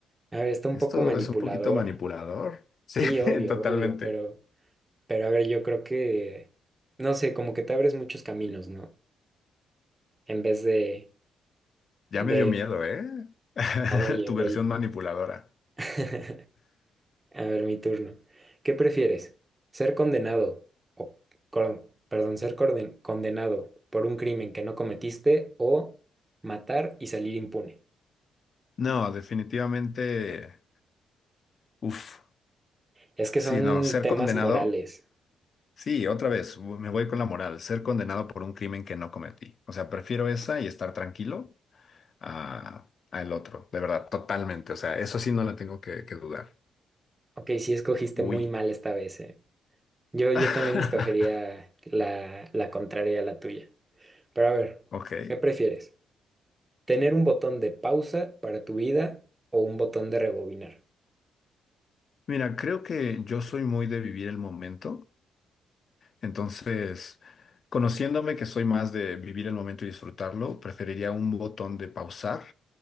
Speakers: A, on the right; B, on the left.
A: A ver, está un
B: esto
A: poco manipulador.
B: es un poquito manipulador. Sí,
A: Sí, obvio,
B: <laughs> totalmente.
A: obvio, pero... Pero a ver, yo creo que, no sé, como que te abres muchos caminos, ¿no? En vez de,
B: Ya
A: de,
B: me dio miedo, ¿eh? <laughs>
A: oye,
B: Tu versión
A: oye.
B: manipuladora.
A: <laughs> A ver, mi turno. ¿Qué prefieres? ¿Ser condenado o, con- perdón, ser corden- condenado por un crimen que no cometiste o matar y salir impune?
B: No, definitivamente. Uf,
A: Es que
B: sí,
A: son
B: no, ser
A: temas
B: condenado.
A: morales.
B: Sí, otra vez, me voy con la moral, ser condenado por un crimen que no cometí. O sea, prefiero esa y estar tranquilo a, a el otro, de verdad, totalmente. O sea, eso sí no la tengo que, que dudar.
A: Ok, sí escogiste
B: Uy.
A: muy mal esta vez, ¿eh? Yo, yo
B: <laughs>
A: también escogería la, la contraria a la tuya. Pero a ver,
B: Ok.
A: ¿qué prefieres? Tener un botón de pausa para tu vida o un botón de rebobinar.
B: Mira, creo que yo soy muy de vivir el momento. Entonces, conociéndome que soy más de vivir el momento y disfrutarlo, preferiría un botón de pausar